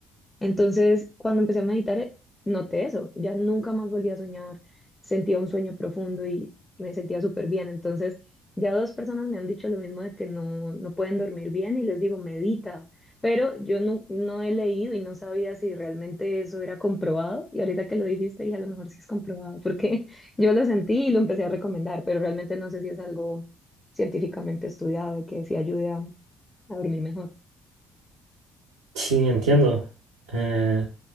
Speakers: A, on the left; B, on the right.
A: Entonces, cuando empecé a meditar, eh, noté eso. Ya nunca más volví a soñar. Sentía un sueño profundo y me sentía súper bien. Entonces, ya dos personas me han dicho lo mismo de que no, no pueden dormir bien y les digo, medita. Pero yo no, no he leído y no sabía si realmente eso era comprobado. Y ahorita que lo dijiste, dije, a lo mejor sí es comprobado, porque <laughs> yo lo sentí y lo empecé a recomendar, pero realmente no sé si es algo científicamente estudiado de que sí ayude a, a dormir mejor.
B: Sí, entiendo. Eh,